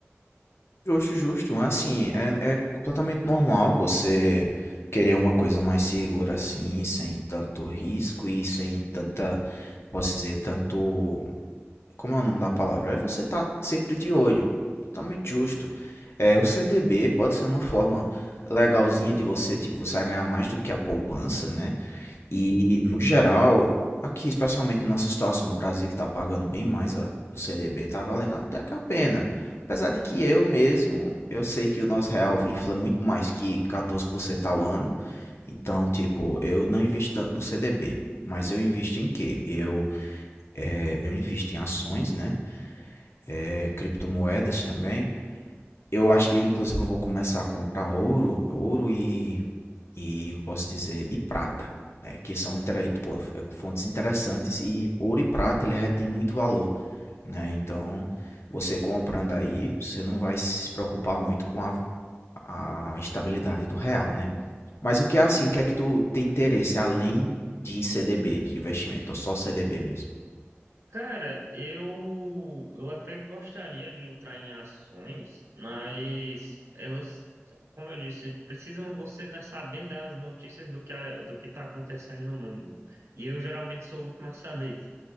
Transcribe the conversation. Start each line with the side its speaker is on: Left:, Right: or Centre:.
Left: Justo, justo. Assim, é, é completamente normal você querer uma coisa mais segura assim, sem tanto risco e sem tanta, posso dizer, tanto. como é o nome da palavra? aí você tá sempre de olho. Totalmente
Right: Ah,
Left: justo. É, o CDB pode ser uma forma legalzinha de você, tipo, você vai ganhar mais do que a poupança, né? E, no geral, aqui, especialmente na nossa situação no Brasil, que tá pagando bem mais a- o CDB, tá valendo até que a pena. Apesar de que eu mesmo, eu sei que o nosso real infla muito mais que 14% ao ano. Então, tipo, eu não invisto tanto no CDB. Mas eu invisto em quê? Eu, é, eu invisto em ações, né? é, criptomoedas também. Eu acho, eu inclusive eu vou começar a comprar ouro, ouro e, e posso dizer, e prata, né? Que são intere- pô, é, fontes interessantes e ouro e prata ele retém muito valor, né? Então, você comprando aí, você não vai se preocupar muito com a, a estabilidade do real, né? Mas o que
Right: ah,
Left: é assim, o que é que tu tem interesse além de CDB, de investimento, ou só CDB mesmo?
Right: Cara, eu, eu até gostaria de entrar em ações, mas elas, como eu disse, precisam você né, saber das notícias do que, a- do que está acontecendo no mundo. E eu geralmente sou o último a saber.